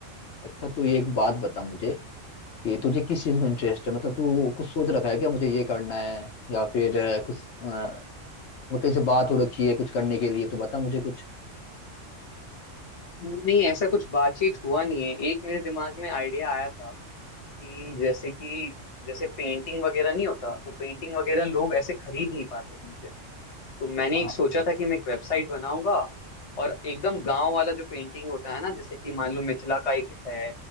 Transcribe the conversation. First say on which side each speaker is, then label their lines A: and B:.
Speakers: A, on the left; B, on the left.
A: अच्छा तू ये एक बात बता मुझे कि तुझे किस चीज में इंटरेस्ट है मतलब तू कुछ सोच रखा है क्या मुझे ये करना है या फिर अ, कुछ अ, मैं कहीं से बात हो रखी है कुछ करने के लिए तो बता मुझे कुछ
B: नहीं ऐसा कुछ बातचीत हुआ नहीं है एक मेरे दिमाग में आइडिया आया था कि जैसे कि जैसे पेंटिंग वगैरह नहीं होता तो पेंटिंग वगैरह लोग ऐसे खरीद नहीं पाते कहीं से। तो मैंने
A: हाँ
B: एक सोचा था कि मैं एक वेबसाइट बनाऊंगा और एकदम गांव वाला जो पेंटिंग होता है ना जैसे कि मान लो मिथिला का एक है